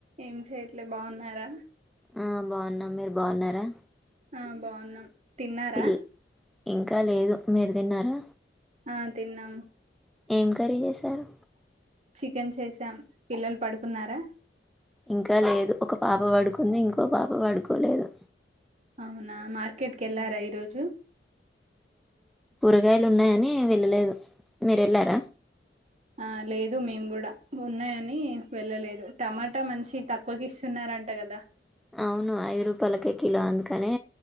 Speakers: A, on the right; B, in the centre.
A: ఏం చే ఇట్లే బాగున్నారా
B: ఆ బాగున్నాం మీరు బాగున్నారా
A: ఆ బాగున్నాం తిన్నారా
B: పిల్ ఇంకా లేదు మీరు తిన్నారా
A: ఆ తిన్నాం
B: ఏం కర్రి చేసారు
A: చికెన్ చేసాం పిల్లలు పడుకున్నారా
B: ఇంకా లేదు ఒక పాప పడుకుంది ఇంకో పాప పడుకోలేదు
A: అవునా మార్కెట్ కేళ్లారా
B: మ్మ్.
A: ఈరోజు
B: కురగాయలు ఉన్నాయని వెళ్ళలేదు మీర వెళ్ళార
A: ఆ లేదు మేము కూడ ఉన్నాయని వెళ్ళలేదు టమాటా మంచి తక్కువకి ఇస్తున్నారంట కదా
B: అవును ఐదు రూపాయలకే కిలో అందుకనే